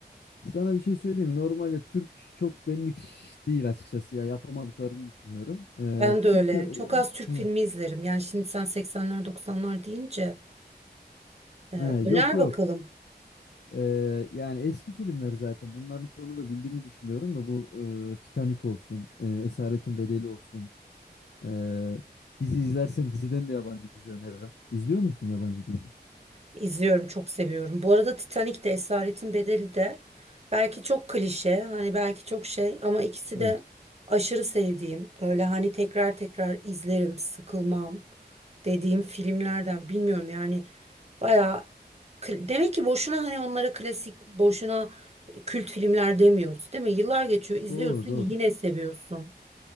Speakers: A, on the left (about 85°); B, on the right (about 40°).
A: Sana bir şey söyleyeyim. mi? Normalde Türk çok benlik değil açıkçası ya yapamadıklarını düşünüyorum. Ee,
B: Ben de
A: Türk
B: öyle.
A: ö-
B: Çok az Türk
A: Hı.
B: filmi izlerim. Yani şimdi sen 80'ler 90'lar deyince e,
A: He,
B: öner
A: yok yok.
B: bakalım.
A: Ee, yani eski filmler zaten bunların çoğunu da bildiğini düşünüyorum da bu e, Titanic olsun, e, Esaretin Bedeli olsun. Ee, dizi izlersen diziden de yabancı dizi öneririm. İzliyor musun yabancı dizi?
B: İzliyorum çok seviyorum. Bu arada Titanic de Esaretin Bedeli de belki çok klişe hani belki çok şey ama ikisi
A: Evet.
B: de aşırı sevdiğim böyle hani tekrar tekrar izlerim sıkılmam dediğim filmlerden bilmiyorum yani bayağı kl- demek ki boşuna hani onlara klasik boşuna e, kült filmler demiyoruz değil mi? Yıllar geçiyor izliyorsun
A: Doğru doğru.
B: yine seviyorsun